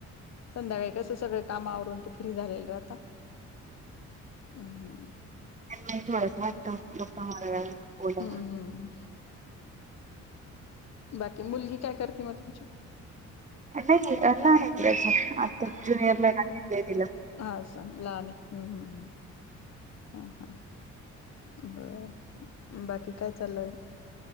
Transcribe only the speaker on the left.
संध्याकाळी कस सगळे कामावरून ते फ्री झालेल राहता हम
हम्म बाकी मुलगी काय करते म तुमची
आ स लाले हम्म हम् हम् हा हा बर बाकी काय चालय